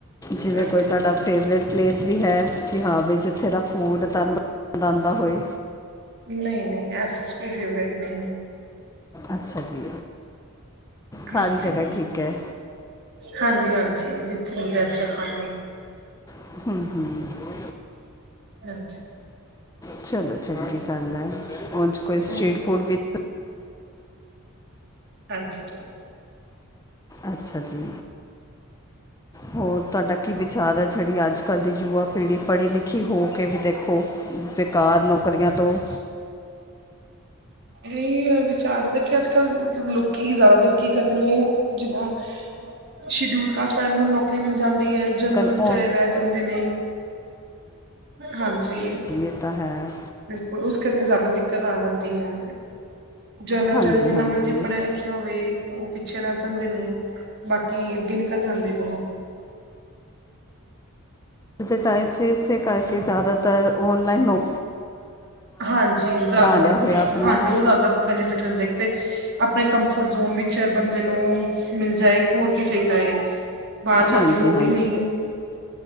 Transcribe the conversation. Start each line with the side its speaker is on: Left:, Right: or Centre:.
Left: ਜਿਵੇਂ
Right: ਹਾਂਜੀ
Left: ਕੋਈ ਤੁਹਾਡਾ ਫੇਵਰੇਟ ਪਲੇਸ ਵੀ ਹੈ ਕਿ ਹਾਂ ਵੀ ਜਿੱਥੇ ਦਾ ਫੂਡ ਤੁਹਾਨੂੰ ਪਨੰਦ ਆਉਂਦਾ ਹੋਏ
Right: ਨਈ ਨਈ ਐਸੀ ਕੋਈ ਫੇਵਰੇਟ ਨਈ
Left: ਅੱਛਾ ਜੀ ਸਾਰੀ
Right: ਹਾਂਜੀ
Left: ਜਗ੍ਹਾ ਠੀਕ ਹੈ
Right: ਹਾਂਜੀ ਹਾਂਜੀ ਜਿੱਥੇ ਮਿਲ ਜੈ ਅੱਛਾ ਖਾਨ ਨੂੰ
Left: <unintelligible>
Right: ਹਾਂਜੀ
Left: ਚਲੋ ਚੰਗੀ ਗੱਲ ਹੈ ਹੁਣ ਉਂਜ ਕੋਈ ਸਟ੍ਰਰੀਟ
Right: ਹਮ
Left: ਫੂਡ ਵਿੱ
Right: ਹਾਂਜੀ
Left: ਅੱਛਾ ਜੀ ਹੋਰ ਤੁਹਾਡਾ ਕਿਵੇ ਵਿਚਾਰ ਜਿਹੜੀ ਅੱਜ ਕੱਲ੍ਹ ਦੀ ਯੁਵਾ ਪੀੜ੍ਹੀ ਪੜ੍ਹੀ ਲਿਖੀ ਹੋ ਕੇ ਵੀ ਦੇਖੋ ਬੇਕਾਰ ਨੌਕਰੀਆਂ ਤੋਂ
Right: <inaudible> ਇਹੀ ਹੈ ਵਿਚਾਰ ਦੇ ਕਿ ਅੱਜ ਕੱਲ ਮਤਲਬ ਲੋਕੀ ਜ਼ਿਆਦਾਤਰ ਕੀ ਕਰ ਨੇ ਜਿੱਦਾਂ ਸ਼ਡਿਊਲ ਕਾਸਟ ਫ ਨੂੰ ਨੌਕਰੀ ਮਿਲ ਜਾਂਦੀ ਹੈ ਜਨਰਲ
Left: ਕੱਲ
Right: ਵਿਚਾਰੇ
Left: ਔ
Right: ਰਹਿ ਜਾਂਦੇ ਨੇ ਹਾਂਜੀ
Left: ਇਹ ਤਾਂ ਹੈ
Right: ਬਿਲਕੁਲ ਉਸ ਕਰਕੇ ਜ਼ਿਆਦਾ ਦਿੱਕਤ ਆ ਜਾਂਦੀ ਹੈ। ਜਰਨਲ
Left: ਹਾਂਜੀ
Right: ਵਿਚਾਰੇ ਜਿੰਨਾ
Left: ਹਾਂਜੀ
Right: ਮਰਜੀ ਪੜ੍ਹਿਆ ਲਿਖਿਆ ਹੋਵੇ ਉਹ ਪਿੱਛੇ ਰਹਿ ਜਾਂਦੇ ਨੇ ਬਾਕੀ ਕੀ ਅੱਗੇ ਨਿਕਲ ਜਾਂਦੇ ਨੇ
Left: ਅੱਜ ਦੇ ਟਾਈਮ 'ਚ ਇਸੇ ਕਰਕੇ ਜ਼ਿਆਦਾਤਰ ਔਨਲਾਈਨ ਹੋ
Right: ਹਾਂਜੀ ਜ਼ਿਆਦਾ
Left: ਲਿਆ ਹੋਇਆ ਆਪਣਾ
Right: ਹਾਂਜੀ ਉਹ ਜ਼ਿਆਦਾ ਬੈਨੀਫਿਟ ਰਹਿੰਦਾ ਇੱਕ ਤੇ ਆਪਣੇ ਕੰਫਰਟ ਜ਼ੋਨ ਵਿੱਚ ਬੰਦੇ ਨੂੰ ਮਿਲ ਜਾਏ ਹੋਰ ਕੀ ਚਾਹੀਦਾ ਹੈ ਬਾਹਰ ਜਾਣ
Left: ਹਾਂਜੀ
Right: ਦੀ ਲੋੜ
Left: ਹਾਂਜੀ
Right: ਹੀ ਨਈ ਏ।